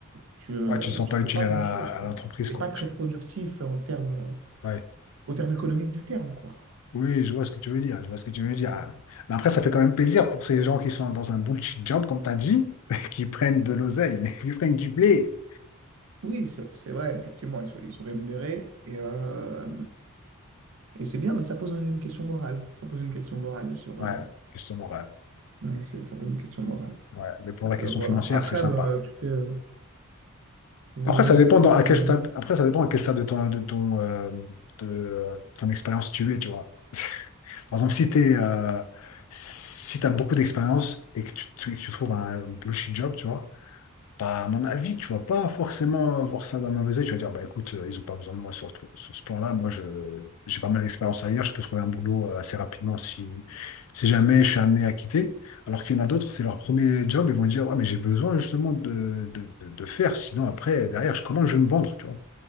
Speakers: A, on the right (about 60°); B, on the left (about 75°).
A: tu ne
B: Ouais, tu te sens
A: tu
B: pas utile
A: fais pas
B: à la-
A: grand-chose,
B: à
A: quoi.
B: l'entreprise,
A: Tu
B: quoi.
A: n'es pas très
B: Tu-
A: productif en termes, euh,
B: Ouais.
A: au terme économique du terme, quoi.
B: Oui, je vois ce que tu veux dire. Je vois ce que tu veux dire. Ah. Mais après, ça fait quand même plaisir pour ces gens qui sont dans un bullshit job, comme t'as dit, <laughs> qui prennent de l'oseille, <laughs> qui prennent du blé.
A: Oui, c'est c'est vrai, effectivement, ils sont, ils sont rémunérés. Et, euh, Et c'est bien, mais ça pose un- une question morale. Ça pose une question morale sur.
B: Ouais.
A: euh,
B: Question morale.
A: ouais, c'est- ça pose une question morale.
B: Ouais, mais pour
A: Donc
B: la question
A: euh, voilà.
B: financière,
A: Après,
B: c'est sympa.
A: bah, tu sais, euh, on
B: Après, ça
A: ne sait
B: dépend
A: pas
B: dans-
A: ce
B: à
A: qu'on
B: quel
A: a
B: stade,
A: dit.
B: après, ça dépend à quel stade de ton, de ton, euh, de, euh, ton expérience tu es, tu vois. Par exemple, si t'es, euh, si t'as beaucoup d'expérience et que tu, tu, tu trouves un bullshit job, tu vois, Bah, à mon avis, tu vas pas forcément voir ça d'un mauvais œil. Tu vas dire, bah écoute, euh, ils ont pas besoin de moi sur, tru- sur ce plan-là. Moi, je, j'ai pas mal d'expérience ailleurs. Je peux trouver un boulot euh, assez rapidement si, si jamais je suis amené à quitter. Alors qu'il y en a d'autres, c'est leur premier job. Ils vont dire, ouais, mais j'ai besoin justement de, de, de, de faire. Sinon, après, derrière, je- comment je vais me vendre, tu vois,